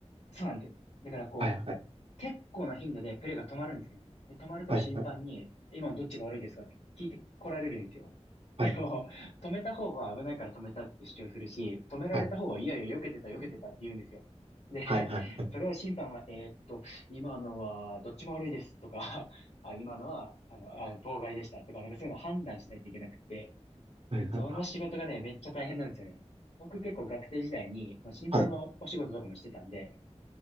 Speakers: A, on the left; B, on the right.
A: う、そうなんですよ。だから、こう、
B: はい、はい、
A: 結構な頻度でプレーが止まるんですね。で、止まると審判に、
B: はい、はい、
A: 今のどっちが悪いですかって聞いてこられるんですよ。
B: はい、
A: <laughs> でも、止めた方は危ないから止めたって主張するし、止められた方は、
B: はい、
A: いやいや、避けてた、避けてたって言うんですよ。で、
B: はい、はい、
A: <laughs> それを審判は、えーっと、今のはどっちも悪いですとか、<laughs> あ、今のは、あの、あ、妨害でしたとか、なんかそういうの判断しないといけなくて、
B: はい、はい、
A: その仕事がね、めっちゃ大変なんですよね。僕結構学生時代に、その審判のお仕事とかもしてたんで、
B: はい。